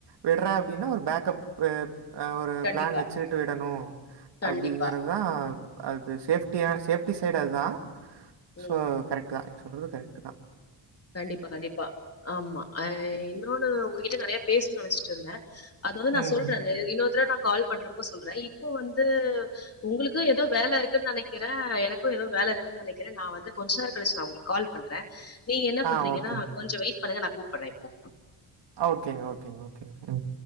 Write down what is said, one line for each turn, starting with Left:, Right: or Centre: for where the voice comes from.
Right: விட்ற அப்டின்னா ஒரு பேக்கப் அ ஒரு
Left: கண்டிப்பா
Right: பிளான் வச்சுட்டு விடணு
Left: கண்டிப்பா
Right: அப்டிங்கறதா அது சேப்டியான சேப்டி சைடு அதுதா
Left: ம்
Right: ஸோ கரெக்ட் தா நீங்க சொல்றது கரெக்ட் தா
Left: கண்டிப்பா கண்டிப்பா ஆமா ஆ இன்னொன்னு உங்ககிட்ட நெறைய பேசுன்னு நெனைச்சிட்டு இருந்த அது வந்து நா
Right: ம்.
Left: சொல்ற இன்னொரு தட நா கால் பண்றப்ப சொல்ற இப்போ வந்து உங்களுக்கு எதோ வேல இருக்குன்னு நெனைக்கிறே எனக்கு ஏதோ வேல இருக்கு நெனைக்கிற நா வந்து கொஞ்ச நேரோ கழிச்சு நா உங்களுக்கு கால் பண்ற நீங்க என்ன பண்றீங்கன்னா
Right: ஆ ஓகேங்க.
Left: கொஞ்ச வெயிட் பண்ணுங்க நா கூப்பட்ற இப்போ
Right: ஓகேங்க ஓகேங்க ஓகேங்க ம்